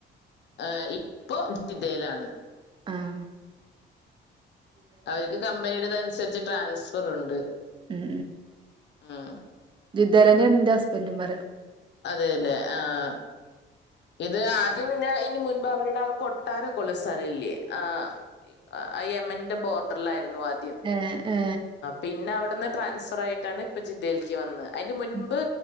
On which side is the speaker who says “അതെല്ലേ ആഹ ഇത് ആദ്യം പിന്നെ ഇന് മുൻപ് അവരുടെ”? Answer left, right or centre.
Left